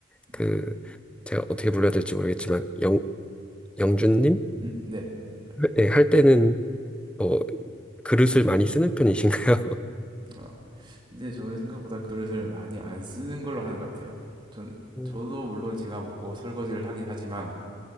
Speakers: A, in the centre; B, on the right.
A: 그
B: 음,
A: 제가 어떻게 불러야 될지 모르겠지만 영 영준님?
B: 음, 네. 그
A: 네, 할 때는 뭐 그릇을 많이 쓰는 편이신가요?
B: 어. 근데 저는 생각보다 그릇을 많이 안 쓰는 걸로 하는 것 같아요. 전,
A: <laughs>
B: 저도 물론 제가 먹고 설거지를 하긴 하지만